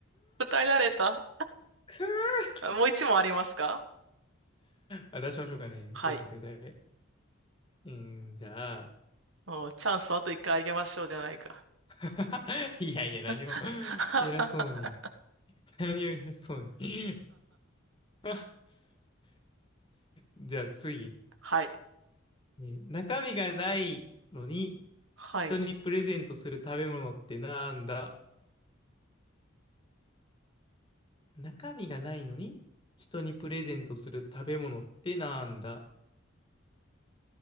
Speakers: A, on the right; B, on the left.
A: 答えられた。
B: <laughs>
A: あもう一問ありますか
B: あ、出しましょうかね。
A: はい。
B: ちょっと待ってくださいね。えーじゃあ、
A: うんチャンスあと一回あげましょうじゃないか。
B: <laughs> いやいや、何を、
A: <laughs>
B: 偉そうに。何を偉そうに。<laughs> じゃあ次、
A: はい。
B: ね中身がないのに、
A: はい。
B: 人にプレゼントする食べ物ってなんだ中身がないのに、人にプレゼントする食べ物ってなんだ